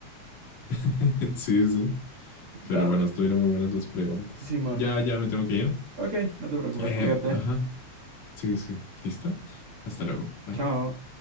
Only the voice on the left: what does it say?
<laughs> Sí, sí. Pero
bueno,
estuvieron muy buenas las preguntas.
Ya, ya me tengo que ir.
Eh,
ajá, sí, sí. sí. ¿Listo? Hasta luego. Bye.